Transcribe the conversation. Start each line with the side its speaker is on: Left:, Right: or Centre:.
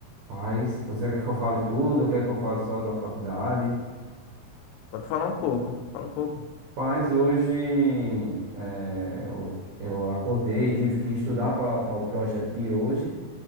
Right: Mas você quer que eu fale tudo ou quer que eu fale só da faculdade?
Left: Pode falar um pouco, fala um pouco.
Right: Paz, hoje eh, eu, eu acordei e tive que estudar para o projeto de hoje